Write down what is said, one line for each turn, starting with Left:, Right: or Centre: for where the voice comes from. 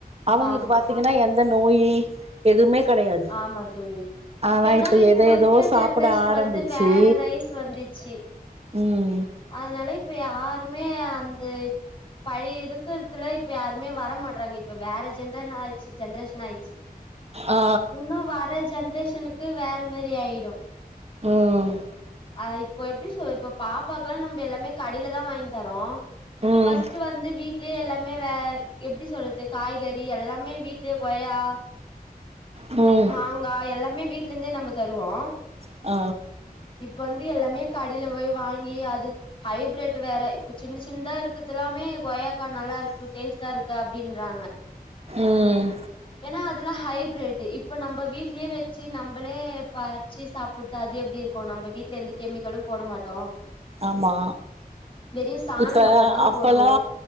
Right: அவங்களுக்கு
Left: ஆமா
Right: பாத்தீங்கன்னா எந்தன் நோயி எதுவுமே கெடையாது
Left: ஆமா தோழி இப்ப
Right: ஆனா
Left: ஏன்னா இப்ப
Right: எத
Left: இருக்க
Right: ஏதோ சாப்ட
Left: ஜென்ரேஷன்
Right: ஆரம்பிச்சு
Left: வந்து வேற ரைஸ் வந்துச்சி
Right: ம்
Left: அதனால இப் இப்ப யாருமே அந்த பழி இருக்குறதுல இப்ப யாருமே வரமாட்றாங்க இப்ப வேற ஜென்டரன்னால்யிச்சி ஜென்ரஷன் ஆயிச்சி
Right: ஆ
Left: உன்னு வர ஜென்ரேஷனுக்கு வேற மேரி ஆயிடு
Right: ம்
Left: அ இப்ப எப்பிடி சொல் இப்ப பாப்பாக்கல்லா நம்ப எல்லாமே கடெயிலதா வாங்கி தரோ
Right: ம்
Left: பஸ்ட்டு வந்து வீட் ட்லியே எல்லாமே வே எப்பிடி சொல்து காய்கறி எல்லாமே வீட்லேயே கொயா
Right: ம்
Left: மாங்கா எல்லாம் மே வீட்ல இந்தே நாம்ப தருவோ
Right: ஆ
Left: இப்ப வந்து எல்லாமே கடில போய் வாங்கி அது ஹைப்ரேட் வேற இப்ப சின்ன சின்தா இருக்கது எல்லாமே கொயாக்கா நல்லா இருக்கு டேஸ்ட்டா இருக்கு அப்பிடின்றாங்க
Right: ம்
Left: ஏன்னா அதுல்லா ஹைப் ப்ரெட்டு இப்ப நம்ப வீட்லே வச்சு நம்பளே பறிச்சி சாப்பிட்ட அது எப்படி இருக்கு நம்ப வீட்ல எந்த கெமிக்கலும் போட மாட்டோ
Right: ஆமா
Left: வெறு சாணம்
Right: இப்ப
Left: மட்டுந்தா
Right: அப்பல்லா
Left: போடுவோ